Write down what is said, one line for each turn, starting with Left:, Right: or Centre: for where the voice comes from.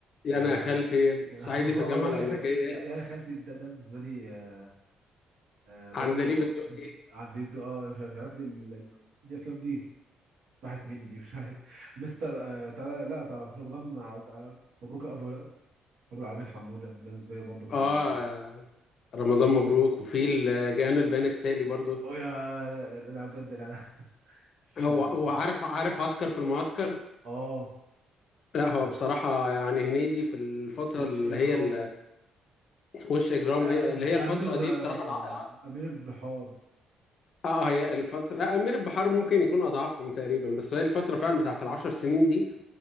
Left: يا
Right: آه
Left: انا يا خالتي
Right: يعني
Left: صعيدي
Right: <laughs>
Left: في
Right: اه
Left: الجامعه
Right: يعني
Left: الامريكيه
Right: انا خالتي لا يعني انا خالتي ده ده بالنسبه لي آه آه، برضه
Left: عندليب الدقي
Right: عندليب الدق- اه مش عارف مش عارف ليه ال- ال- الافلام دي راحت مني دي مش عارف مستر آه تعالى لا طبعا رمضان عبد- آه، مبروك ابو ابو العالمين حموده ده بالنسبه لي برضه كان
Left: اه رمضان مبروك وفي الجان البيان التالي برضو
Right: او يا لا لا لا, لا بجد لا لا <laughs>
Left: هو
Right: لا لا،
Left: هو
Right: تحفه
Left: عارف عارف عسكر في المعسكر
Right: اه
Left: لا هو
Right: عارف
Left: بصراحة يعني هنيدي في الفترة
Right: وش
Left: اللي
Right: اجرام
Left: هي ال- وش إجرام
Right: آه
Left: أي- اللي هي الفترة
Right: امير الر...
Left: دي بصراحة
Right: آه،
Left: الع... الع...
Right: امير البحار
Left: اه آه، هي الفترة لا أمير البحار ممكن يكون أضعفهم تقريبا بس هي الفترة فعلا بتاعت العشر سنين دي